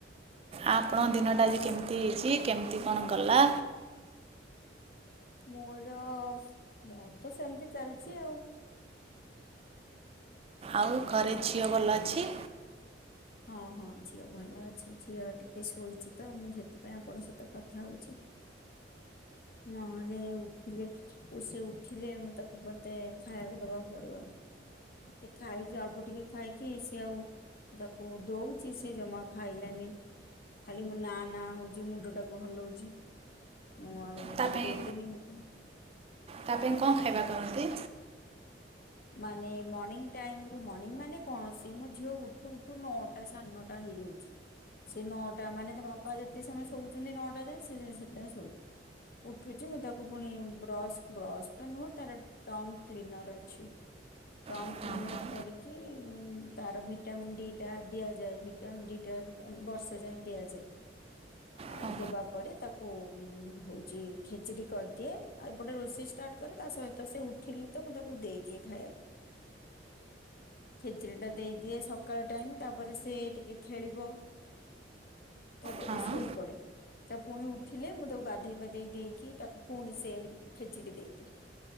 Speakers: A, on the right; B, on the left.
A: ଆପଣଙ୍କ ଦିନଟା ଆଜି କେମିତି ହେଇଚି କେମିତି କଣ ଗଲା?
B: ମୋର ମୋର ତ ସେମିତି ଚାଲିଚି ଆଉ।
A: ଆଉ ଘରେ ଝିଅ ଭଲ ଅଛି?
B: ହଁ ହଁ ଝିଅ ଭଲ ଅଛି ଝିଅ ଟିକେ ଶୋଇଚି ତ ମୁଁ ସେଥିପାଇଁ ଆପଣ ସଇତ କଥା ହଉଛି। ନହେଲେ ଉଠିଲେ ସେ ଉଠିଲେ ମୁଁ ତାକୁ ମତେ ଖାଇବାକୁ ଦବାକୁ ପଡିବ। ସେ ଖାଇକି ଅଳ୍ପ ଟିକେ ଖାଇକି ସିଏ ଆଉ ଦ କୋ ଦଉଚି ସେ ଜମା ଆଉ ଖାଇଲାନି। ଖାଲି ନା ନା ହଉଚି ମୁଣ୍ଡ ଟାକୁ ହଲଉଚି। ମୁଁ ଆଉ
A: ତା ପାଇଁ
B: ଦେଲିିନି ମୁକୁ
A: ତା ପାଇଁ କଁ ଖାଇବା କରନ୍ତି?
B: ମାନେ ମଣିଂ ଟାଇମରୁ ମଣିଂ ମାନେ କଣ ସେ ମୋ ଝିଅ ଉଠୁ ଠୁ ନଅଟା ସାଢେ ନଅଟା ହେଇଯାଉଛି। ସେ ନଅଟା ମାନେ ତା ବାପା ଯେତେ ସମୟ ଶୋଉଚନ୍ତି ନଅଟା ଯାଏଁ ସେ <unintelligible> ଶୋଉଚି। ଉଠୁଚି ମୁଁ ତାକୁ ପୁଣି ବ୍ରସ୍ ବ୍ରସ୍ ତ ନୁହଁ ତାର ଟଙ୍ଗ କ୍ଲିନର ଅଛି। ଟଙ୍କ୍
A: ହଁ
B: କ୍ଲିନର
A: ହଁ
B: କରିକି ଉଁ ତାର ଭିଟାମିନ୍ ଡି ତା ଦିଆ ଯାଏ ଭିଟାମିନ ଡି ଟ୍ୟାନ୍ କା ବର୍ଷେ ଯାଏଁ ଦିଆ ଯାଏ। ଆଉ
A: ହଁ
B: ଦେବାପରେ ତାକୁ ହୁ ହଉଚି ଖେଚିଡି କରିଦିଏ ଆଉ ଏପଟେ ରୋଷେଇ ଷ୍ଟା କ ତା ସହିତ ସେ ଉଠିଲେ ତ ମୁଁ ତାକୁ ଦେଇଦିଏ ଖାଇବାକୁ। ଖେଚୁଡି ଟା ଦେଇଦିଏ ସକାଳ ଟାଇମ ତାପରେ ସେ ଟିକେ ଖେଳିବ ତାପରେ
A: ହଁ
B: ସୋଇ ପଡ଼େ। ତା ପୁଣି ଉଠିଲେ ମୁଁ ତାକୁ ଗାଧେଇ ପାଧେଇ ଦେଇକି ତାକୁ ପୁଣି ସେ ଖେଚଡି ଦେଇଦିଏ।